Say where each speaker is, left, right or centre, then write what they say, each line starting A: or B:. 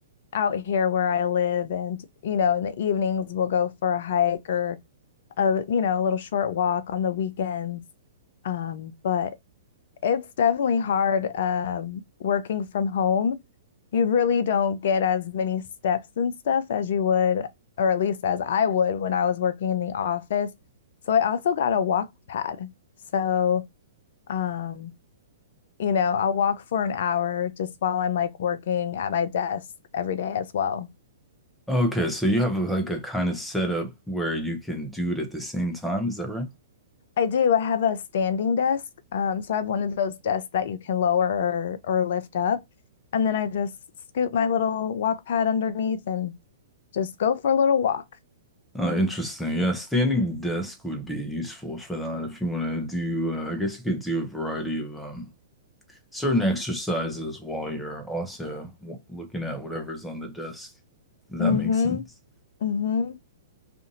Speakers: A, on the left (about 55°); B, in the centre.
A: out here where I live. And, you know, in the evenings we'll go for a hike or a, you know, a little short walk on the weekends. Um, but it's definitely hard um, working from home. You really don't get as many steps and stuff as you would, or at least as I would when I was working in the office. So I also got a walk pad. So um, you know, I'll walk for an hour just while I'm like working at my desk every day as well.
B: Oh, okay, so you have like a kind of setup where you can do it at the same time, is that right?
A: I do. I have a standing desk. Um, so I have one of those desks that you can lower or, or lift up. And then I just scoop my little walk pad underneath and just go for a little walk.
B: Uh, interesting. Yeah, standing desk would be useful for that if you want to do uh, I guess you could do a variety of um certain exercises while you're also w looking at whatever's on the desk. If that
A: Mm
B: makes
A: hmm.
B: sense.
A: Mm hmm.